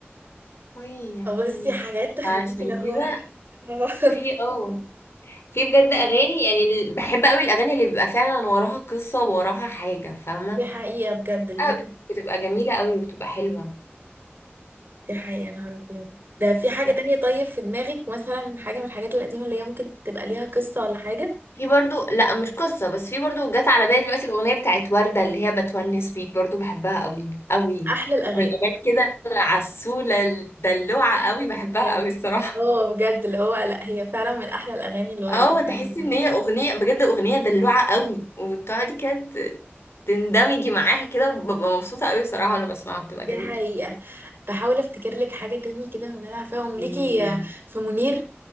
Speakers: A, on the left; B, on the right.
A: وي يا عيني
B: اه بصي حاجات تخليكي
A: عشان
B: اللي هو
A: كده
B: <laughs>
A: في اه في بجد اغاني يعني ال- بحب قوي الاغاني اللي بيبقى فعلا وراها قصه ووراها حاجه فاهمه
B: دي حقيقة بجد اللي
A: آه،
B: هو
A: بتبقى جميله قوي وبتبقى حلوه
B: دي حقيقة أنا أعرف يعني ده في
A: بس
B: حاجة تانية طيب في دماغك مثلا حاجة من الحاجات القديمة اللي هي ممكن تبقى ليها قصة ولا حاجة
A: في برضو لا مش قصة بس في برضو جت على بالي دلوقتي الأغنية بتاعت وردة اللي هي بتونس بيك برضو بحبها قوي قوي
B: أحلى الأغاني
A: من الأغاني كده العسولة الدلوعة
B: أحلى
A: قوي بحبها
B: الأغاني
A: قوي الصراحة
B: اه بجد اللي هو لا هي فعلا من أحلى الأغاني اللي وردت
A: اه تحسي
B: فعلاً.
A: ان هي أغنية بجد أغنية دلوعة قوي وبتقعدي كده ت- تندمجي معاها كده وببقى مبسوطة قوي الصراحة وانا بسمعها بتبقى
B: دي
A: جميلة
B: حقيقة بحاول أفتكر لك حاجة تاني كده من اللي أنا عارفاهم
A: مم.
B: ليكي آه، في منير